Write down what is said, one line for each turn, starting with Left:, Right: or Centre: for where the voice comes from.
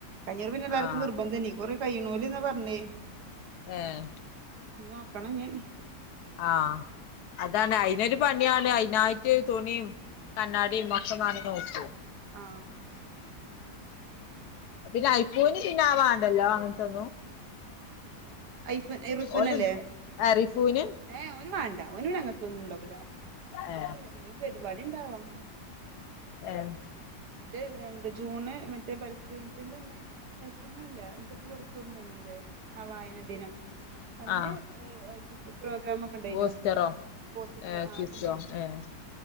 Right: <unintelligible> പിന്നെ
Left: ആ
Right: <inaudible> നിർബന്ധം നെക്കും കൊറെ കയ്യ്നോല് ന്നാ പർഞ്ഞെ
Left: ഏഹ്
Right: നോക്കണ ഞ്ഞെ
Left: ആഹ് അതാണ് അയിനൊരു പണിണ് അയിനായിറ്റ് തുണിയും കണ്ണാടിയും <unintelligible> <unintelligible>
Right: ആ
Left: പിന്നെ ഐഫുന് പിന്നെ ആവാണ്ടല്ലോ അങ്ങനത്തെന്നും
Right: ഐഫു ഇർഫുനല്ലേ
Left: ഓന് റിഫൂന്
Right: ഏ ഓന് വ ഒന് പിന്നെ അങ്ങത്തൊന്നും ണ്ടാകൂല
Left: ഏ
Right: എന്തേ പരിപാടി ണ്ടാവാം
Left: ഏഹ്
Right: മറ്റേ ന്താ ജൂണ് മറ്റേ പരിസ്ഥിദിന ത്തിന്റന്ന് പ്രെശനല്ല എന്തപ്പൊ പട്തോന്ന് കൈഞ്ഞി ആ വായന ദിനം. അന്ന്
Left: ആ
Right: എ ഏ കിസ് പ്രോഗ്രാമോക്കെ ണ്ടായിനോ?
Left: ബൂസ്റ്ററോ
Right: <unintelligible>
Left: ഏ <inaudible>